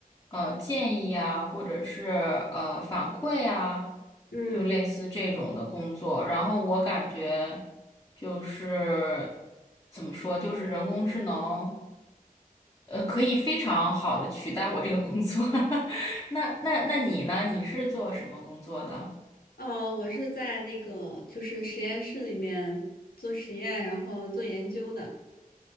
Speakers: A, on the left (about 25°); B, on the left (about 80°).
A: 呃建议啊，或者是呃反馈啊，
B: 嗯，
A: 就类似这种的工作。然后我感觉就是怎么说，就是人工智能呃可以非常好的取代我这个工作。<laughs> 那那那你呢？你是做什么工作的？
B: 哦，我是在那个就是实验室里面做实验，然后做研究的。